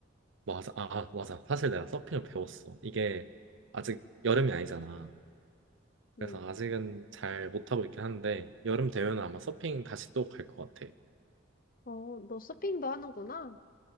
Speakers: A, on the right; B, on the left.
A: 맞아, 아, 아, 맞아. 사실 내가 서핑을 배웠어. 이게 아직 여름이 아니잖아.
B: 응.
A: 그래서 아직은 잘 못하고 있긴 한데 여름 되면 아마 서핑 다시 또 갈 것 같아.
B: 어, 너 서핑도 하는구나.